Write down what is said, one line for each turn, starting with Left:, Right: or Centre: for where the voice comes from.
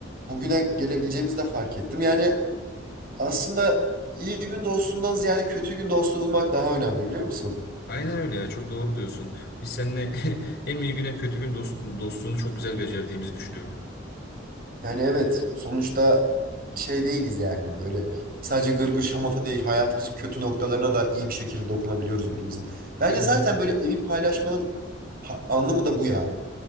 Right: Bugüne gelebileceğimizi de fark ettim. Yani Aslında iyi gün dostundan ziyade kötü gün dostu bulmak daha önemli biliyor musun?
Left: Aynen öyle ya çok doğru diyorsun. Biz seninle <laughs> hem iyi gün hem kötü gün dost, dostluğunu çok güzel becerdiğimizi düşünüyorum.
Right: Yani evet sonuçta şey değiliz yani böyle sadece gırgır şamata değil hayatımızın kötü noktalarına da iyi bir şekilde dokunabiliyoruz birbirimizin. Bence
Left: Aynen.
Right: zaten böyle evi paylaşmanın ha- anlamı da bu ya.